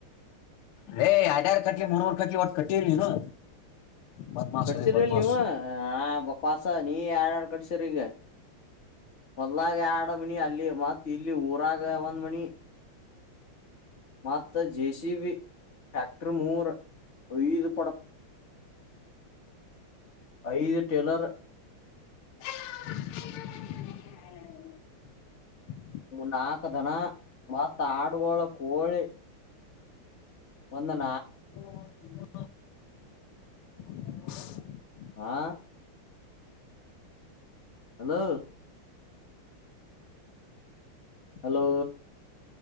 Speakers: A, on the left; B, on the left.
A: ರೇ ಯಾಡ್ಯಾರ್ ಕಟ್ಲೆ ಮೂರ್ ಮೂರ್ ಒಟ್ ಕಟ್ಟೇಲ್ ನೀನು. ಬದ್ಮಾಸ್
B: ಕಡ್ಸಿರ್ರಿಲ್
A: ಅದೇ ಬದ್ಮಾಸ್
B: ನೀವು ಆ ಬಕ್ವಾಸ್ ಸ ನೀ ಯಾರ್ ಯಾರ್ ಕಟ್ಸೀರೀಗ. ಹೊಲ್ದಗ ಯಾಡ ಮನಿ ಅಲ್ಲಿ ಮತ್ ಇಲ್ಲಿ ಊರಾಗ ಒಂದ್ ಮನಿ. ಮತ್ತ ಜೇ ಸೀ ಬಿ ಟ್ರ್ಯಾಕ್ಟರ್ ಮೂರ ಐದು ಪೊಡಪಟ್ಟಿ. ಐದು ಟೇಲರ್.
A: <unintelligible>
B: ನಾಕ ದನ ಮತ್ತ್ ಆಡ್ಗೊಳ ಕೋಳಿ. ಒಂದನ್
A: <inaudible> <inaudible>
B: ಹಾ ಹಲೋ. ಹಲೋ.